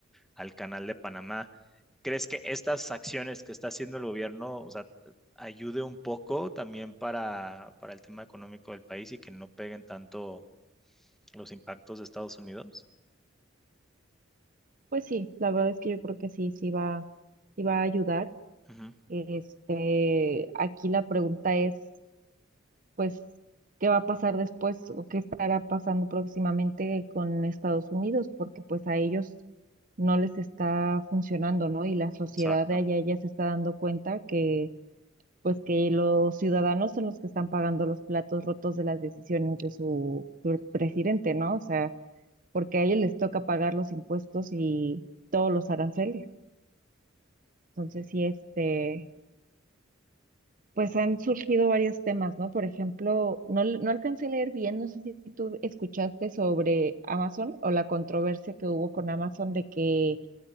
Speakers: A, in the centre; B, on the right.
A: al canal de Panamá. ¿Crees que estas acciones que está haciendo el gobierno, o sea, ayude un poco también para, para el tema económico del país y que no peguen tanto los impactos de Estados Unidos?
B: Pues sí, la verdad es que yo creo que sí, sí va, sí va a ayudar.
A: Ujú,
B: Este, aquí la pregunta es, pues, ¿qué va a pasar después o qué estará pasando próximamente con Estados Unidos? Porque pues a ellos no les está funcionando, ¿no? Y la sociedad
A: Exacto.
B: de allá ya se está dando cuenta que pues que los ciudadanos son los que están pagando los platos rotos de las decisiones de su, su presidente, ¿no? O sea, porque a ellos les toca pagar los impuestos y todos los aranceles. Entonces, sí, este, pues han surgido varios temas, ¿no? Por ejemplo, no, l- no alcancé a leer bien, no sé si tú escuchaste sobre Amazon o la controversia que hubo con Amazon de que